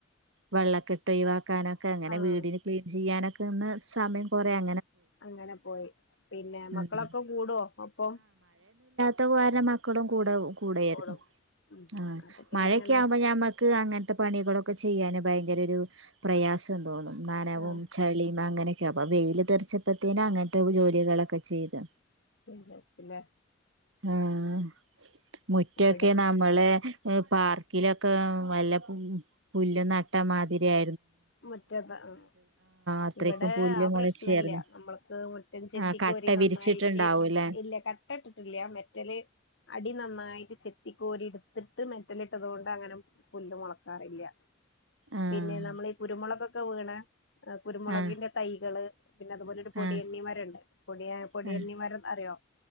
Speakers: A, on the right; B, on the left.
A: വള്ളകെട്ട് ഒഴിവാ കാനൊക്കെ അങ്ങനെ
B: ആഹ്
A: വീടിന് ക്ലീൻ ചെയ്യാനൊ ന്ന് സമയം കൊറിയാ
B: അങ്ങനെ പോയി പിന്നെ മക്കളൊക്കെ
A: ഉം
B: കൂടോ ഒപ്പം
A: തൊവായരെ മക്കളും കൂഡൗ കൂടെയേര്
B: കൂടും ഉം
A: ആഹ്
B: അപ്പൊ പിന്നെ
A: മഴക്കെയാവുമ്പോ
B: അങ്ങനെ
A: ഞമ്മക്ക് അങ്ങൻത്തെ പണികളൊക്കെ ചെയ്യാന് ഭയങ്കരൊരു പ്രയാസം തോന്നും നനവും
B: ആഹ്
A: ചെളീം അങ്ങനെ ക്ക്യാവും അപ്പ വെയില് തെർച്ചപ്പത്തേനു അങ്ങനെത്ത ജോലികളൊക്കെ ചെയ്ത്.
B: വെയ്ലാരിക്കും ഇല്ലേ
A: ആഹ് മുറ്റോക്കെ
B: ഇവിടെ
A: നമ്മള് എ പാർക്കിലൊക്കെ വല്ല പു പുല്ലും നട്ടമാതിരിയാ
B: മുറ്റൊക്കെ ആഹ്
A: അത്രയ്ക്കും
B: ഇവടെ
A: പുല്ല്
B: ആ പ്രശ്നില്ല
A: മുളച്ചായിരുന്നു
B: മ്മൾക്ക് മുറ്റം ചെത്തി
A: ആഹ്
B: കോരി
A: കട്ട
B: നന്നായിട്ട്
A: വിരിച്ചിട്ടുണ്ടാവൂല്ലേ
B: ഇല്ല കട്ടട്ടിട്ടില്ല മെറ്റല് അടി നന്നായി ചെത്തിക്കോരി ഇട്ത്തിട്ട് മെറ്റലിട്ടതോണ്ട് അങ്ങനെ പുല്ല് മോളക്കാറില്ല
A: ആഹ്
B: പിന്നെ നമ്മള് രുമുളക്കൊക്കെ വീ--ണെ അ കുരുമുളകിന്റെ
A: ആഹ്
B: തൈകള് പിന്നതുപോലൊരു പൊടിയണ്ണി
A: ആഹ്
B: മരണ്ട് പൊടിയ പൊടിയണ്ണി
A: ആഹ്
B: മരം അറിയോ